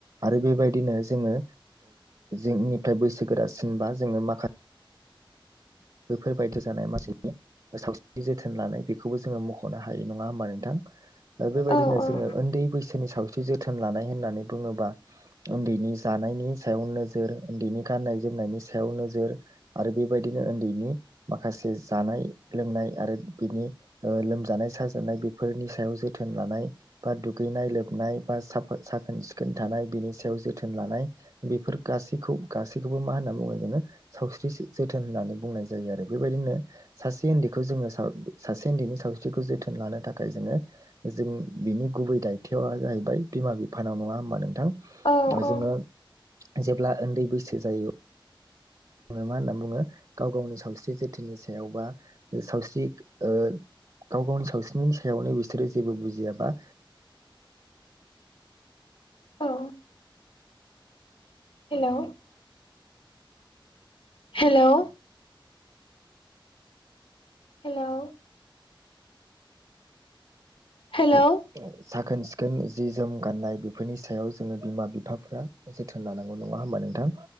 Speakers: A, on the right; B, on the left.
A: आरो बेबायदिनो जोङो जिंनिफ्राय बैसोगोरासिन बा जोङो माखासे बेैफोर बायदि जानाय मानसिनि सावस्रिनि जोथोन लानाय बेखौबो जोङो मख'नो हायो नङा होमबा नों बेबायदिनो
B: औ
A: जोङो उन्दै बैसो नि सावस्रि जोथोन लानाय होननानै बुङोबा ओन्दैनि जानायनि सायाव नोजोर उन्दैनि गाननाय जोमनाय जोमनायनि सायाव नोजोर आरो बेबायदिनो ओन्दै माखासे जानाय लोंनाय आरो बिनि लोमजानाय साजानाय बेफोरनि सायाव जे जोथोन लानाय बा दुगैनाय लोबनाय बा साखोन सिखोन खोन थानाय बिनि सायाव जोथोन लानाय बेफोर गासिखौ गासैखौबो मा होनो बुङो जोङो सावस्रि जोथोन होननानै बुंनाय ज जायो आरो बेबायदिनो सासे ओन्दैखौ जोङो सासे ओन्दैनि सावस्रिखौ जोथोन लानो थाखाय जोङो जों बिनि गुबै दायथ'वा जाहैबाय बिमा बिफानाव नङा होनबा नों थां
B: औ
A: ओ
B: औ
A: जोङो जेब्ला उन्दै बैसो जायो ङो मा होनना बुङो गाव गावनि सावस्रि जोथोननि सायाव बा सावस्रि ओ गाव गावनि सावस्रिनि सायावनो बिसोरो जेबो बुजियाबा
B: औ हेलौ। हेलौ। हेलौ। हेलौ
A: <unintelligible> साख खोन-सिखोन जि जोम गाननाय बेफोरनि सायाव जोङो बिमा बिफाफ्रा जोथोन लानांगौ नङा होमबा नोंथां